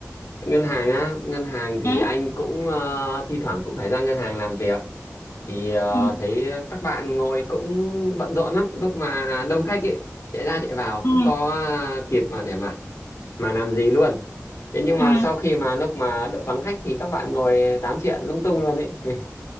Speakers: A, on the left; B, on the left.
A: Ngân hàng á, ngân hàng thì
B: ừ.
A: anh cũng ờ, thi thoảng cũng phải ra ngân hàng làm việc. Thì ờ,
B: Ừ.
A: thấy các bạn ngồi cũng bận rộn lắm, lúc mà đông khách ấy, chạy ra chạy vào, không
B: Ừ.
A: có ờ, kịp mà để mà mà làm gì luôn. Thế nhưng
B: Ừ.
A: mà sau khi mà lúc mà đỡ vắng khách thì các bạn ngồi tám chuyện lung tung luôn ấy. <laughs>